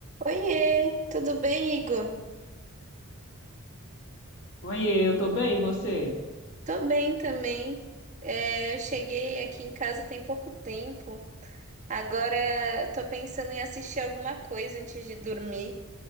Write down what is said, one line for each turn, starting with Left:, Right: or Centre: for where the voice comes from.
Right: Oiê, tudo bem, Igor?
Left: Oiê, eu tô bem, e você?
Right: Tô bem também. É, eu cheguei aqui em casa tem pouco tempo. Agora tô pensando em assistir alguma coisa antes de dormir.